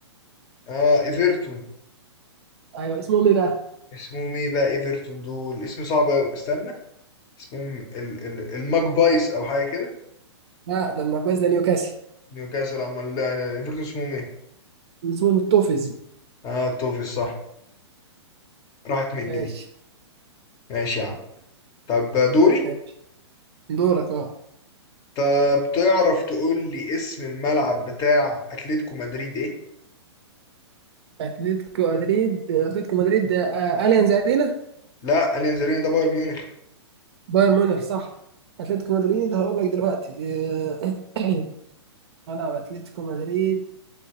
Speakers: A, on the left; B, on the right.
A: اه ايفرتون
B: ايوه اسمهم ايه بقى
A: اسمهم ايه بقى ايفرتون دول اسم صعب قوي استنى اسمهم ال ال الماجبايز او حاجه كده
B: لا ده المركز ده نيوكاسل
A: نيوكاسل امال لا- لا، ايفرتون اسمهم ايه
B: اسمه متوفز
A: اه توفيق صح راحت مني
B: ماشي
A: دي ماشي يا عم طب دوري
B: ماشي دورك اه
A: طب تعرف تقول لي اسم الملعب بتاع اتلتيكو مدريد ايه
B: اتلتيكو مدريد اتلتيكو مدريد ده آه اليانز ارينا
A: لا اليانزاريني ده بايرن ميونخ
B: بايرن ميونخ صح اتلتيكو مدريد هقول لك دلوقتي آه، <clears throat> ملعب اتلتيكو مدريد